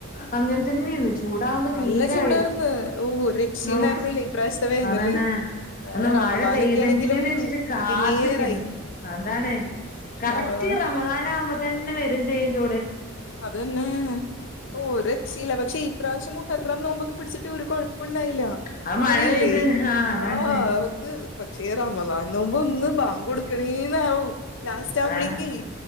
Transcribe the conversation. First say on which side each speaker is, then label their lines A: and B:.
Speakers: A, on the left; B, on the left.
A: അങ്ങനെ തന്നെയ്ന്ന്. ചൂടകുമ്പോ
B: നല്ല
A: തീരേ
B: ചൂടാർന്ന്
A: വെയ്‌
B: ഓ ഒരു രക്ഷയും ഉണ്ടായിരുന്നില്ല
A: ഔ
B: ഇപ്രാവശ്യത്തെ വേനല്
A: അതന്നെ
B: ആ,
A: ഒന്ന്
B: റമദാനൊക്കെ
A: മഴ പെയ്തെങ്കില്ന്ന്
B: ആണെങ്കിലും
A: വെച്ചിട്ട് കാത്ത്ക്കേന്ന്
B: എടങ്ങേറായി
A: അതാണ് കറക്റ്റ്
B: ആഹ്
A: റമദാന് ആവുമ്പ തന്നെ വെരും ചെയ്യും ചൂട്.
B: അതന്നെ ഓര് ശില പക്ഷേ ഈ പ്രാവശ്യം മുഹറം നോമ്പൊക്കെ പിടിച്ചിട്ട് ഒരു കൊഴപ്പൊണ്ടായില്ല.
A: അത്
B: മഴയില്ലേ
A: മഴ പെയ്ത് അതാണ്
B: ആഹ് നമുക്ക് പക്ഷേ റമളാൻ നോമ്പ് ഒന്ന്. ബാങ്കൊടുക്കണേന്നാവും ലാസ്റ്റ് ആവുമ്പയേക്കേ
A: അതാണ്